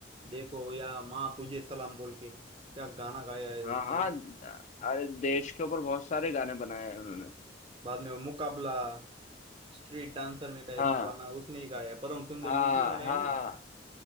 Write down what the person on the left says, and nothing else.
हाँ हाँ
अरे देश के ऊपर बहुत सारे गाने बनाए हैं उन्होंने
हाँ
हाँ
हाँ